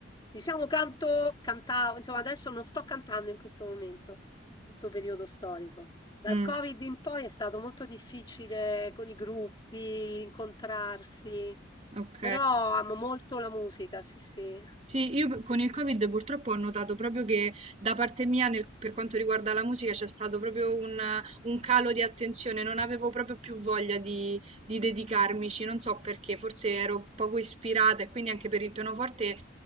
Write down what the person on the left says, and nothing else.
Diciamo canto, cantavo, insomma adesso non sto cantando in questo momento, in questo periodo storico. Dal
Covid in poi è stato molto difficile con i gruppi, incontrarsi,
però amo molto la musica, sì, sì.